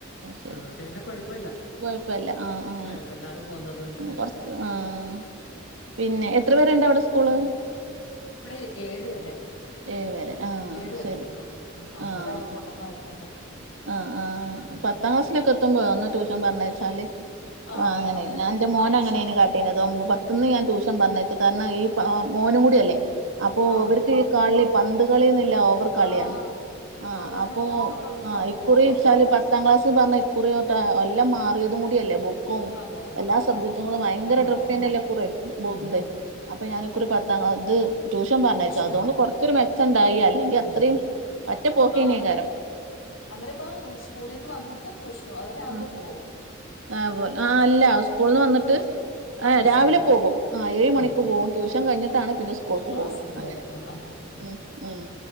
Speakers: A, on the right; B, on the left.
A: ശരി
B: ആഹ് അതുകൊണ്ട് പിന്നെ കൊഴപ്പില്ല
A: കൊഴപ്പല്ല ആഹ് ആഹ്
B: കുഴപ്പില്ലാതെ പോകുന് അതുകൊണ്ട്
A: കൊറച്ച് ആഹ് പിന്നെ എത്ര വരെയുണ്ട് അവിടെ സ്കൂള്
B: ഇവിടെ ഏഴ് വരെ
A: ഏഴ് വരെ ആഹ്
B: ഏഴ് വരെ
A: ശരി
B: ഉള്ളു അപ്പം അതുവരെ
A: ആഹ്
B: അവിടെ പോട്ടെന്നാ കരുതുന്നെ
A: ആഹ് ആഹ്
B: ഉം.
A: പത്താം ക്ലാസ്സിലൊക്കെ എത്തുമ്പോഴാ ഒന്ന് ട്യൂഷൻ പറഞ്ഞയച്ചാല്
B: ആ
A: ആഹ്
B: അതാ
A: അങ്ങനെയ്
B: അന്നേരത്തിനൊക്കെ
A: ഞാൻ എന്റെ മോന്
B: ആവശ്യം
A: അങ്ങനെയാണ് കാട്ടീണത് പത്തന്ന് ഞാൻ ട്യൂഷൻ പറഞ്ഞയച്ചു കാരണം ഈ പാ മോനും കൂടിയല്ലേ അപ്പോ
B: ആ
A: ഇവർക്ക്
B: ആ,
A: ഈ കളി പന്ത് കളിന്നില്ല ഓവർ കളിയാണ്
B: ആ പിന്നെ ഇപ്പൊ
A: ആഹ്
B: അതാണല്ലോ
A: അപ്പൊ
B: അവിടെ ഉണ്ടോ അതോ
A: ഇക്കുറി
B: പോയോ
A: വെച്ചാൽ
B: ഇപ്പൊ
A: പത്താം പത്താം ക്ലാസ് പറഞ്ഞാൽ ഇക്കുറി തൊട്ട് എല്ലാം മാറിയതും കൂടിയല്ലേ ബു ബുക്കും
B: അതെ അതെ
A: എല്ലാ
B: അതെ
A: സബ്ജക്ടുകളും
B: ആ
A: ഭയങ്കര
B: എല്ലാം മാറി
A: ട്രിഫ് തന്നെയല്ലേ കുറെ
B: ഉം
A: ഇതെ
B: ഉം
A: അപ്പൊ ഞാനൊക്കൊരു
B: ഉം.
A: പത്താം ഇത് ട്യൂഷൻ പറഞ്ഞയച്ചോ
B: ട്യൂഷനാ
A: അതുകൊണ്ട് കൊറച്ചൊരു മെച്ചം ഉണ്ടായി അല്ലെങ്കി
B: ഉം.
A: അത്രയും പറ്റ പോക്കെയ്നെ
B: ആ
A: കാരം
B: അന്നേരം ഇപ്പം സ്കൂളീന്ന് വന്നിട്ട് ട്യൂഷനു പോകുവോ അതോ രാവിലെ
A: ഉം
B: പോവോ
A: ആഹ് പോവല് ആ അല്ല സ്കൂളിന്ന് വന്നിട്ട് ആഹ്
B: ട്യൂഷന്
A: രാവിലെ
B: പോവും.
A: പോകും ആഹ് ഏഴ്
B: ആ
A: മണിക്ക്
B: ആ
A: പോകും ട്യൂഷൻ കഴിഞ്ഞിട്ടാണ് പിന്നെ സ്കൂൾക്ക്
B: ക്ലാസ്സിന്
A: പോവുക
B: കേറത്തുള്ളൂ.
A: അങ്ങനെ
B: ആ ആ, ആ.
A: ഉം ഉം